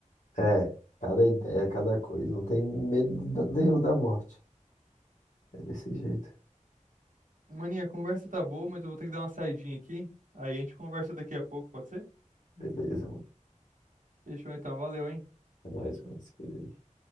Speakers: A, on the left; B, on the right.
A: É, cada ideia, cada coisa. Não tem medo da- nenhum da morte. É desse jeito.
B: Maninha, a conversa tá boa, mas eu vou ter que dar uma saidinha aqui. Aí a gente conversa daqui a pouco, pode ser?
A: Beleza, mano.
B: Fechou então, valeu, hein?
A: É nóis, mano. Se cuida aí.